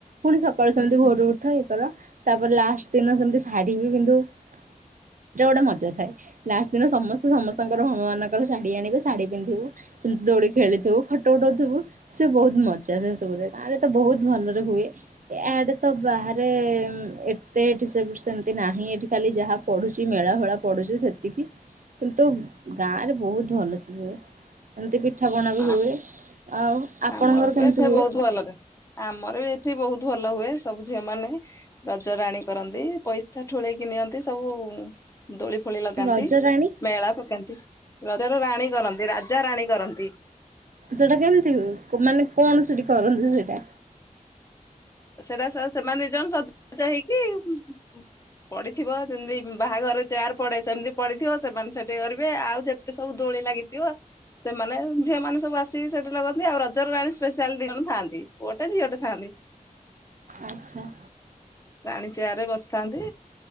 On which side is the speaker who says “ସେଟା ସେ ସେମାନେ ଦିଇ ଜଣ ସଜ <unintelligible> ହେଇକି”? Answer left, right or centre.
Left